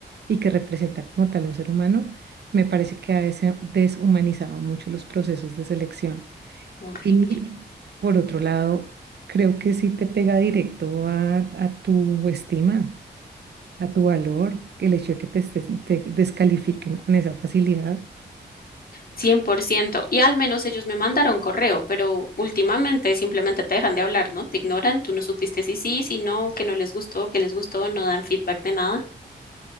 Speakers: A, on the right; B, on the left.
A: y que representa como tal un ser humano, me parece que ha desa- deshumanizado mucho los procesos de selección.
B: horrible.
A: Y por otro lado, creo que sí te pega directo a, a tu estima a tu valor, el hecho de que te, estés- te descalifiquen con esa facilidad.
B: cien por ciento Y al menos ellos me mandaron correo, pero últimamente simplemente te dejan de hablar, ¿no? Te ignoran, tú no supiste si sí, si no, que no les gustó, que les gustó, no dan feedback de nada.